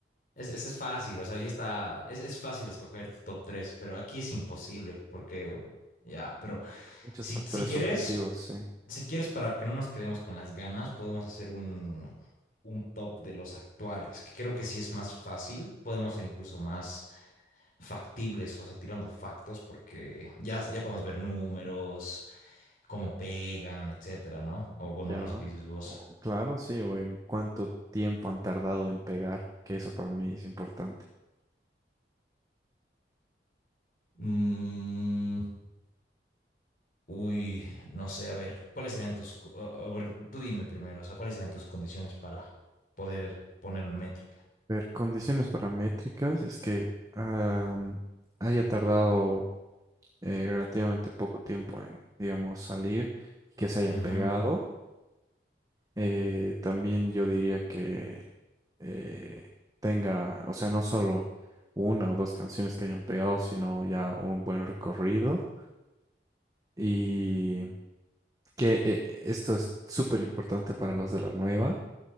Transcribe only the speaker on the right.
Muchos
factores
subjetivos, sí.
Ya.
o claro, sí, o en cuánto tiempo han tardado en pegar, que eso para mí es importante.
Ver, condiciones paramétricas es que am, haya tardado eh, relativamente poco tiempo en, digamos, salir y que se haya
pegado. Eh, también yo diría que eh, tenga, o sea, no solo una o dos canciones que hayan pegado, sino ya un buen recorrido. y que eh, esto es súper importante para los de la nueva,